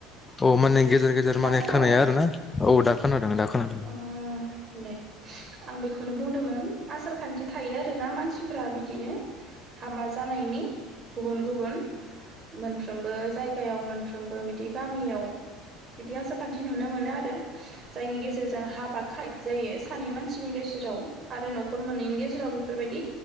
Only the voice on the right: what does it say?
दा
खोनाबाय
ओ दे आं बेखौनो बुंदोंमोन आसार खान्थि थायो आरोना मानसिफोरा बिदिनो हाबा जानायनि गुबुन गुबुन मोनफ्रोमबो जायगायाव मोनफ्रोमबो बिदि गामियाव बिदि आसार खान्थि नुनो मोनो आरो जायनि गेजेरजों हाबा खानाय जायो सानै मानसिनि गेजेराव आरो नखर मोननैनि गेजेराव बे फोरबायदि